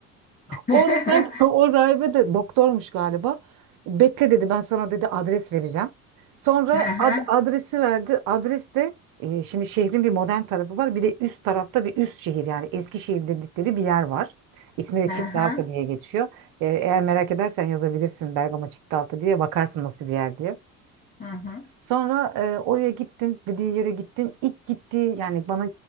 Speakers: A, on the left; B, on the right.
A: <laughs>
B: O sanki <laughs> o rahibe de doktormuş galiba. Bekle dedi ben sana dedi adres vereceğim. Sonra
A: Hı hı.
B: ad- adresi verdi. Adres de e, şimdi şehrin bir modern tarafı var. Bir de üst tarafta bir üst şehir yani Eskişehir dedikleri bir yer var. İsmi de
A: Hı
B: Çitlaltı
A: hı.
B: diye geçiyor. E, eğer merak edersen yazabilirsin Bergama Çitlaltı diye bakarsın nasıl bir yer diye.
A: Hı hı.
B: Sonra e, oraya gittim dediği yere gittim. İlk gittiği yani bana